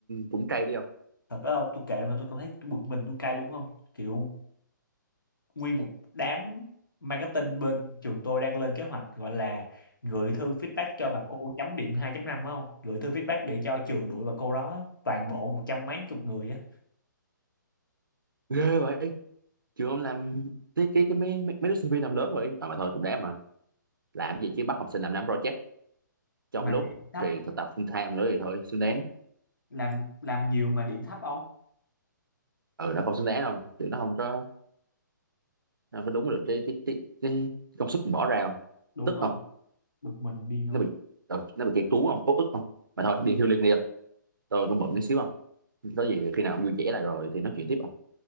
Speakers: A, on the right (about 85°); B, on the left (about 90°).
A: cũng cay đi không
B: thật đó không tôi kệ mà tôi cảm thấy tôi bực mình tôi cay đúng không kiểu nguyên một đám marketing bên trường tôi đang lên kế hoạch gọi là gửi thư feedback cho bà cô chấm điểm 2.5 phải không? Gửi thư feedback để cho trường đuổi bà cô đó toàn bộ một trăm mấy chục người á.
A: ghê vậy trường ông làm cái cái, cái mấy, mấy mấy đứa sinh viên làm lớn vậy à mà thôi cũng đáng mà làm cái gì chứ bắt học sinh làm năm project trong
B: Mà
A: lúc
B: điểm thấp
A: thì thực tập full time nữa thì thôi xứng đáng
B: làm làm nhiều mà điểm thấp không?
A: ừ nó không xứng đáng đâu chứ nó không có nó không có đúng được cái cái cái, cái công sức mình bỏ ra không
B: Đúng
A: tức
B: không?
A: không
B: Bực mình điên không?
A: nó bị ừ, nó bị chạy trú không út ức không mà thôi đi healing đi không tôi cũng bận tí xíu không có gì khi nào ông vui vẻ lại rồi thì nói chuyện tiếp không